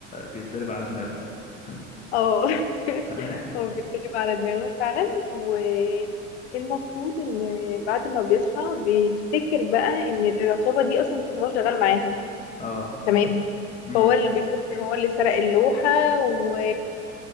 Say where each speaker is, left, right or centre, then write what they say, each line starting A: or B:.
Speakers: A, on the left; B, on the left.
A: بيتضرب على دماغه <laughs>
B: اه <laughs>
A: تمام
B: هو بيتقلب على دماغه فعلا والمفروض ان بعد ما بيصحى بيفتكر بقى ان العصابة دي اصلا كان هو شغال معاها
A: اه
B: تمام
A: امم
B: فهو اللي بيفتكر ان هو اللي سرق اللوحة و...